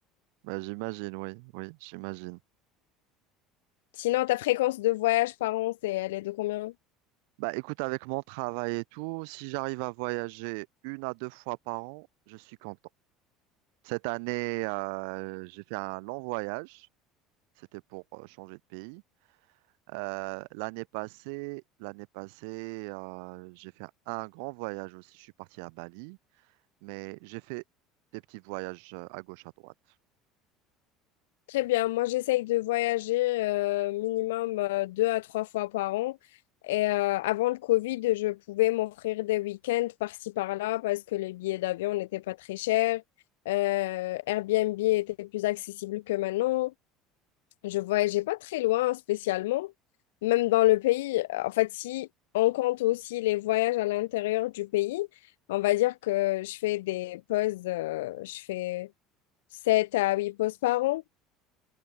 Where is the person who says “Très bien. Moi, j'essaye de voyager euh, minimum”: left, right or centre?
Left